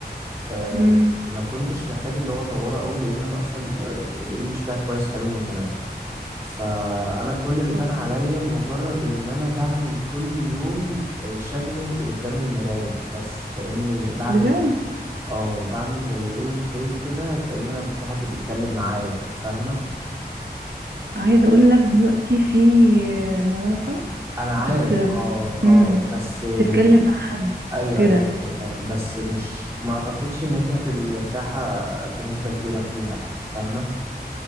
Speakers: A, on the right; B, on the right.
A: آه،
B: امم
A: ما كنتش محتاج اللي هو اطوره قوي لان انا اصلا آه، الانجليش بتاعي كويس حلو من زمان فانا كل اللي
B: أوه.
A: كان عليا مجرد ان انا بعمل كل يوم شادوينج قدام المرايه بس كاني بعمل
B: بجد
A: اه بعمل زي رول بلاي كده كان انا في حد بيتكلم معايا فاهمه
B: عايزة أقول لك دلوقتي في مواقع
A: انا عارف
B: بت...
A: اه اه
B: امم
A: بس آه،
B: تتكلم مع حد
A: ايوه
B: وكده
A: ايوه أيوة، فاهم بس مش ما اعتقدش ان انت هتبقي مرتاحه بنسبه كبيره فيها يعني فاهمه